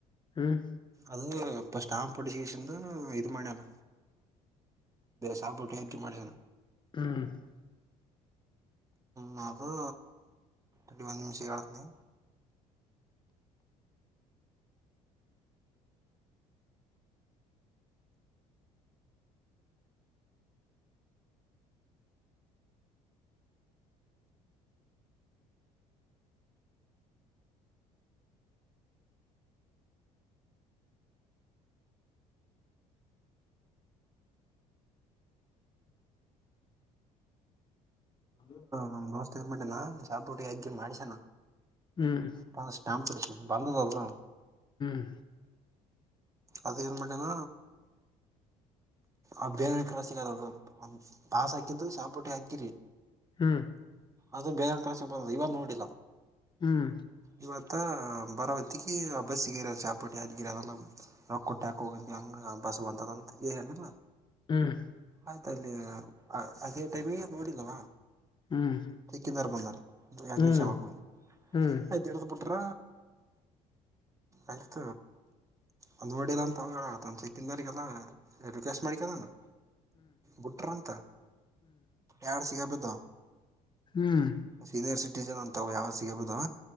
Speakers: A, on the left; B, on the right.
A: ಹ್ಮ್
B: ಅದು ಇ ಸ್ಟಾಂಪ್ ಪಡಿಸಿಷ ಇದು ಮಾಡಿಯಾನ ಸಾಪುಟ್ಟ ಆಾಕಿ ಮಾಡಣ
A: ಹ್ಮ್
B: ನದು ರ್ಟಿ ಒಂದು ನಿಮಿಷ ಆಳ್ತನ
A: ಅ
B: ನಮ್ಮ ದೋಸ್ತ ಇರ್ಬಿಟ್ಟನಾ ಶಾಪಟ್ಟಿಗೆ ಹಿ ಮಾಡಿಸಣ
A: ಹ್ಮ್
B: ಅ ಸ್ಟಾಮಪ್ ಬಿಡ ಬಂದ ಅ
A: ಹ್ಮ್
B: ಅದ ಏರಮಟೇಾನ ಅ ಬೇ ಕಲ ಸಿಗದ ಪಸ್ ಹಾಕಿದ್ದು ಚಾಂಪೋಟಿ ಹಾಕಿರಿ
A: ಹ್ಮ್
B: ಅದು ಬೇಗ ಕಲಸ ಬ ಇವಾಗ ನೋಡಿಲ್ಲ
A: ಹ್ಮ್
B: ಇವತ್ತ ಬರಬತ್ತಕಿ ಆ ಬಸ್ಿಗೆಿರ ಚಾಪಟ್ಟಿ ಅದು ಗಿರ ಅಲ್ಲ ರೊಕ್ಕ ಕೊಟ್ಟ್ಯಾಕ ಹೋಗಂ ಹೆಂಗೆ ಬಸ್ ಬಂತದಂತ ಏ ಹೇಳಲಿಲ್ಲ
A: ಹ್ಮ್
B: ಆಯ್ತಲ್ಲಿ ಅದೇ ಟೈಮಿಗೆ ನೋಡಿಲ್ಲವಾ
A: ಹ್ಮ್
B: ಕಂದಾರಭಾಂದಾರ ಎಕ
A: ಹ್ಮ್ ಹ್ಮ್
B: ದಿನ ಚಲ್ಲಕವಿ
A: ಹ್ಮ್ ಹ್ಮ್
B: ಆಯ್ತ್ು ಹಡ್ದ್ ಬಿುಟ್ರ ಆಯ್ತ ಅದು ನೋಡಿಿಲ್ಲ ಅಂತ ಅವ ತನ್ನ ಚಕಿಂದಾರಿಗೆಲ್ಲ ರಿಕ್ವೆಸ್ಟ್ ಮಾಡ್ಿಕಾನು ಬುಟರ ಅಂತ ಎಡು ಸಿಗಬದ
A: ಹ್ಮ್
B: ಸೀನಿಯರ್ ಸಿಟಿಜನ್ ಅಂತ ಯಾವ ಸಿಗಬಹದಾವ